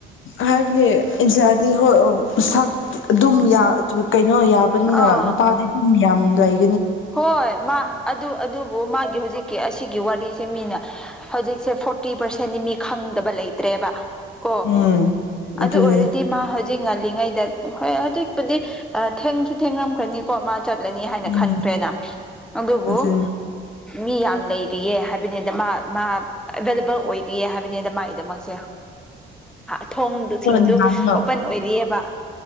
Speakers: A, on the left (about 80°); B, in the centre.
A: ꯍꯥꯏꯕꯅꯤ ꯏꯟꯗꯤꯌꯥꯗꯤ ꯍꯣꯏ ꯁꯛ ꯑꯗꯨꯝ ꯏꯉꯣ ꯌꯥꯕꯅꯤ
B: ꯑꯥ
A: ꯅꯨꯄꯥꯗꯤ ꯑꯗꯨꯝ ꯌꯥ ꯝ ꯂꯩ
B: ꯍꯣꯏ ꯃꯥ ꯑꯗꯨ ꯑꯗꯨꯕꯨ ꯃꯥꯒꯤ ꯍꯧꯖꯤꯛꯀꯤ ꯑꯁꯤꯒꯤ ꯋꯥꯔꯤ ꯁꯤ ꯃꯤꯅ ꯍꯧꯖꯤꯛꯁꯦ ꯐꯣꯔꯇꯤ ꯄꯥꯔꯁꯦꯟꯗꯤ ꯃꯤ ꯈꯪꯗꯕ ꯂꯩꯇ꯭ꯔꯦꯕ ꯀ
A: ꯎꯝ ꯑꯗꯨꯅꯦ
B: ꯑꯗꯨ ꯑꯣꯏꯔꯗꯤ ꯃꯥ ꯍꯧ ꯉꯜꯂꯤꯉꯩꯗ ꯍꯣꯏ ꯍꯧꯖꯤꯛꯄꯨꯗꯤ ꯊꯦꯡꯁꯨ ꯊꯦꯡꯅꯝꯈ꯭ꯔꯅꯤꯀꯣ ꯃꯥ ꯆꯠꯂꯅꯤ ꯍꯥꯏꯅ ꯈꯟꯒ
A: ꯎꯝ
B: ꯑ ꯑꯗꯨꯕꯣ
A: ꯑꯗꯣ
B: ꯃꯤ ꯌꯥꯝ ꯂꯩꯔꯤꯌꯦ ꯍꯥꯏꯕꯅꯤꯗ ꯃꯥ ꯃꯥ ꯑꯦꯚꯏꯂꯦꯕꯜ ꯑꯣꯏꯔꯤꯌꯦ ꯍꯥꯏꯕ ꯃꯥꯒꯤꯗꯃꯛꯁꯦ ꯊꯣꯡ ꯊꯁꯤꯡꯗꯨ
A: ꯅꯍꯥꯟꯗꯣ
B: ꯑꯣꯄꯟ ꯑꯣꯏꯔꯤꯑꯕ